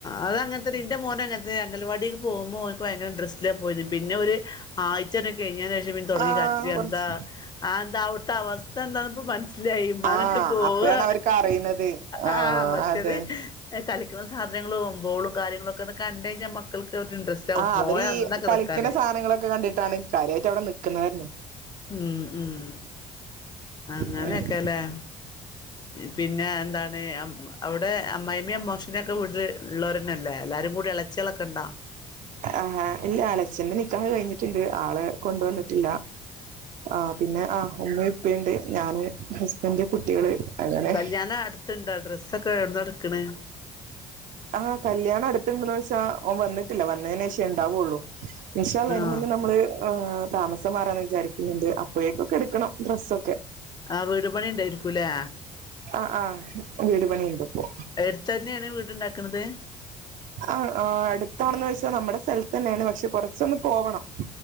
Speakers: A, on the left (about 25°); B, on the right (about 55°).
A: അതങ്ങൻത്തെന്നെ ൻ്റെ മോനും അങ്ങൻത്തെന്നെ അങ്കൽവാടി പോവുമ്പോ ഓന്ക്ക് ഭയങ്കര ഇൻഡ്രസ്റ്റ്ല പോയത് പിന്നെ ഒര് ഒരാഴ്ച്ചേറ്റം കയ്ഞ്ഞെന്റെ പിന്നെതൊടങ്ങി
B: ആഹ്
A: കരച്ച് ല്
B: കുറച്ച്
A: എന്താ അതെന്താ അവ്ട് ത്ത അവസ്ഥ എന്താ പ്പൊ പട്ച്ച് ല്ലാ ഈ ഇമ്മാനെ
B: ആഹ്
A: ഇട്ട് പോവാ
B: അപ്പഴാണ് അവർക്ക് അറിയുന്നത്
A: ആഹ് മറ്റത്
B: അതെ
A: കളിക്കണ സാധനങ്ങള് <unintelligible> കാര്യങ്ങളൊക്കെ ഒന്ന് കണ്ട് കഴിഞ്ഞാ മക്കൾക്ക് ഒരു ഇൻട്രസ്റ്റ് ആവും
B: ആഹ് അവരീ
A: പോയ അന്നൊക്കെ
B: കളിക്ക്ണ
A: നിക്കാന്
B: സാധനങ്ങളൊക്കെ കണ്ടിട്ടാണ് കാര്യായിട്ട് അവിടെ നിക്കുന്നത് തന്നെ.
A: ഉം ഉം അങ്ങനെയൊക്കെ
B: ഉം
A: ല്ലേ? പിന്നെ എന്താണ് അവിടെ അമ്മായിയമ്മയും അമ്മോഷ് നും ഒക്കെ വീട്ടില് ഇള്ളോരന്നല്ലേ എല്ലാരും കൂടി എതളച്ച്യേളൊക്കെ ണ്ടോ?
B: ആഹ് ഇല്ല എളച്ചൻ്റെ നിക്കാഹ് കഴിഞ്ഞിട്ട്ണ്ട് ആളെ കൊണ്ട് വന്നിട്ടില്ല. ആഹ് പിന്നെ ആഹ് ഉമ്മിം ഉപ്പിം ണ്ട്. ഞാന് ഹസ്ബൻഡ് കുട്ടികള് അതാണ്.
A: കല്യാണം അടുത്തുണ്ടോ ഡ്രസ്സൊക്കെ എവിടുന്നാ എടുക്കണ്
B: ആഹ് കല്യാണം അടുത്ത്ണ്ട് ന്ന് വ ച്ചാ ഓൻ വന്നിട്ടില്ല വന്നേനെ ശേ ഇണ്ടാവൊള്ളു. ഇൻശാ അല്ലാഹ്
A: ആഹ്
B: അയിന് മുന്ന് നമ്മള് ഏഹ് താമസം മാറാന്ന് വിചാരിക്ന്നുണ്ട് അപ്പഴേക്കും ഒക്കെ എടുക്കണം ഡ്രസ്സ് ഒ
A: ആഹ് വീട് പണി ഇണ്ടേരിക്കൂലേ?
B: ആഹ് ആഹ്. വീട് പണിണ്ട് ഇപ്പൊ.
A: എടുത്ത് തന്നെയാണ് വീടുണ്ടാക്കണത്
B: അ ആഹ് അടുത്താണോന്ന് ചോദിച്ച നമ്മടെ തന്നെയാണ് പക്ഷേ കുറച്ച് ഒന്ന് പോകണം.